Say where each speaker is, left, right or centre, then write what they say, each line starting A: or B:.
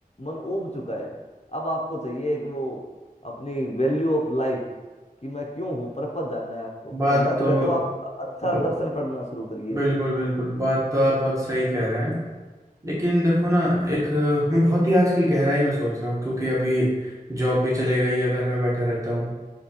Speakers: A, on the left (about 45°); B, on the right (about 20°).
A: मन ऊब चुका है अब आपको चाहिए एक वो अपनी वैल्यू ऑफ लाइफ कि मैं क्यों हूँ पर्पज जानना है आपको
B: बात
A: और मैं तो
B: तो
A: कहता हूँ आप अच्छा
B: ब-
A: दर्शन पढ़ना शुरू करिए
B: बिल्कुल बिल्कुल बात तो आप बहुत सही कह रहे हैं लेकिन देखो ना एक अ, मैं बहुत ही आजकल गहराई में सोच रहा हूँ क्योंकि अभी जॉब भी चले गई है घर में बैठा रहता हूँ